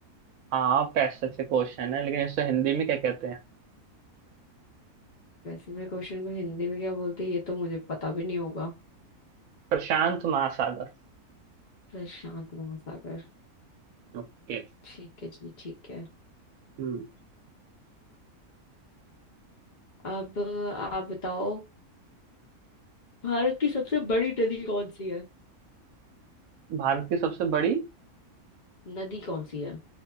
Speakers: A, on the right; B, on the left.
A: हाँ पैसिफिक ओशन है लेकिन इसे हिंदी में क्या कहते हैं
B: पैसिफिक ओशन को हिंदी में क्या बोलते हैं ये तो मुझे पता भी नहीं होगा
A: प्रशांत महासागर
B: प्रशांत महासागर
A: ओके
B: ठीक है जी ठीक है
A: हम्म
B: अब आप बताओ भारत की सबसे बड़ी नदी कौन सी है
A: भारत की सबसे बड़ी
B: नदी कौन सी है